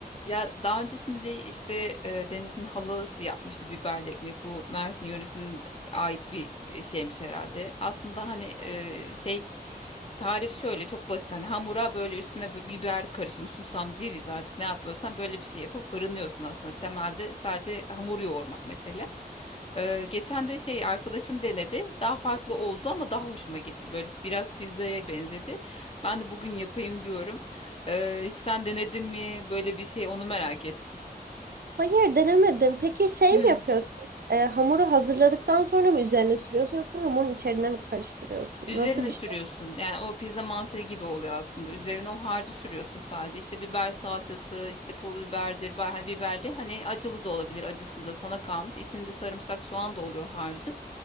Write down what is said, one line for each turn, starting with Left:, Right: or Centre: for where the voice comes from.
Left: Ya daha öncesinde işte e, Deniz'in halası yapmıştı biberli ekmek. Bu Mersin yöresinin ait bir e, şeymiş herhalde. Aslında hani e, şey tarif şöyle çok basit. Hani hamura böyle üstüne bi- biber karışımı, susam, ceviz artık ne yapıyorsan böyle bir şey yapıp fırınlıyorsun aslında. Temelde sadece hamur yoğurmak mesela. E, geçen de şey arkadaşım denedi. Daha farklı oldu ama daha hoşuma gitti. Böyle biraz pizzaya benzedi. Ben de bugün yapayım diyorum. Ee, hiç sen denedin mi böyle bir şey onu merak ettim.
Right: Hayır denemedim. Peki şey
Left: Hmm.
Right: mi yapıyorsun? Ee, hamuru hazırladıktan sonra mı üzerine sürüyorsun yoksa hamurun içerine mi karıştırıyorsun?
Left: Üzerine
Right: Nasıl bir
Left: sürüyorsun.
Right: şey?
Left: Yani o pizza mantığı gibi oluyor aslında. Üzerine o harcı sürüyorsun sadece. İşte biber salçası, işte pul biberdir, ba- hani biberli. Hani acılı da olabilir, acısı da sana kalmış. İçinde sarımsak, soğan da oluyor harcın.